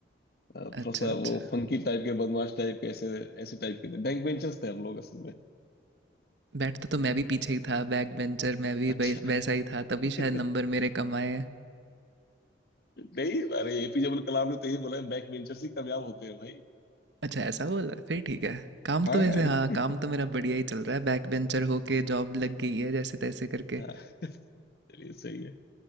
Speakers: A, on the left; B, on the right.
A: हाँ,
B: अच्छा
A: थोड़ा सा
B: अच्छा
A: वो फंकी टाइप के बदमाश टाइप के ऐसे ऐसे टाइप के थे बैक बेंचर्स थे हम लोग असल में
B: बैठता तो मैं भी पीछे ही था बैक बेंचर मैं भी
A: अच्छा
B: वै- वैसा ही था तभी
A: <laughs>
B: शायद नंबर मेरे कम आए
A: नहीं अरे एपीजे अब्दुल कलाम ने तो यही बोला है बैक बेंचर्स ही कामयाब होते हैं भाई
B: अच्छा ऐसा बोल रहा है फिर ठीक है काम
A: हाँ
B: तो वैसे
A: अरे
B: हाँ काम तो मेरा बढ़िया ही चल रहा है बैक बेंचर होके जॉब लग गई है जैसे तैसे
A: <laughs>
B: करके
A: हाँ चलिए सही है